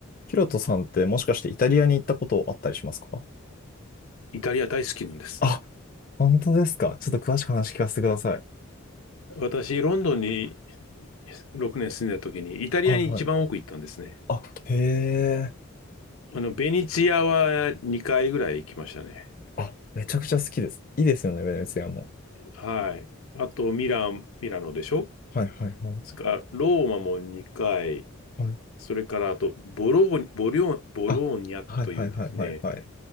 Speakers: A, on the left (about 40°); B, on the left (about 80°).
A: ヒロトさんってもしかしてイタリアに行ったことあったりしますか
B: イタリア大好きなんです。
A: あ、本当ですか。ちょっと詳しく話聞かせてください。
B: 私、ロンドンに6年住んでた時に、イタリアに一番多く行ったんですね。
A: はいはい。あ、へえ。
B: あの、ベニツィアは2回ぐらい行きましたね。
A: あ、めちゃくちゃ好きです。いいですよね、ベネツィアも。
B: はい。あと、ミラン、ミラノでしょ
A: はいはいはい。
B: それから、ローマも2回。
A: はい。
B: それから、あと、ボローニ、ボリョ、ボローニャというですね、
A: あ、はいはいはいはいはい。